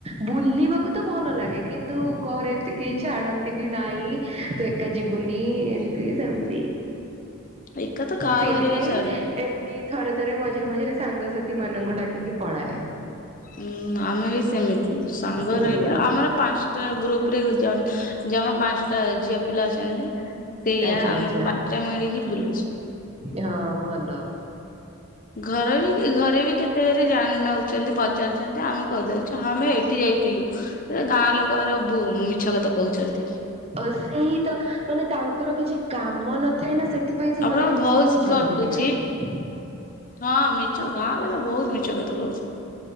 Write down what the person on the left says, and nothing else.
ଏକା ତ କାହା
ଘରେ ବି ଛାଡୁନି।
ଉଁ, ଆମେ ବି ସେମିତି ସାଙ୍ଗ
ରହିଲେ, ଆମର ପାନ୍ସଟା ଗ୍ରୁପ୍ ରେ ଯାଆ ଯମା ପାନ୍ସଟା ଝିଅ ପିଲା ଅଛନ୍ତି, ସେଇଆ
ଆମେ
<inaudible> ମିଳିକି ବୁଲୁଛୁ।
ଘର ବି ଏ ଘରେ ବି କେତେ ଘରେ ଜାଣି ନଉଚନ୍ତି, ପଚାରୁଛନ୍ତି ଆମେ କହିଦଉ ଛ- ଆମେ ଏଠି ଯାଇଥିଲୁ, ସେ ଗାଁ ଲୋକକର ଭୁ- ମିଛ କଥା କହୁଛନ୍ତି।
ଆପଣଙ୍କ
ଭଏସ
କଟୁଛି
ହଁ ମିଛ ଗାଁ ବାଲା ବହୁତ ମିଛ କଥା କହୁଛି,